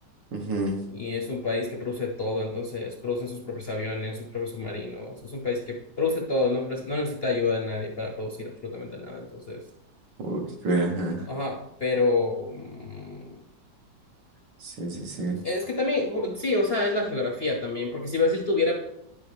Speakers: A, on the right; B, on the left.
A: Ujú.
B: Y es un país que produce todo, entonces producen sus propios aviones, sus propios submarinos. Es un país que produce todo, no, pres- no necesita ayuda de nadie para producir absolutamente nada. Entonces,
A: O que crea, ajá.
B: ajá, pero mm,
A: Sí, sí, sí.
B: es que también, u- sí, o sea, es la geografía también, porque si Brasil tuviera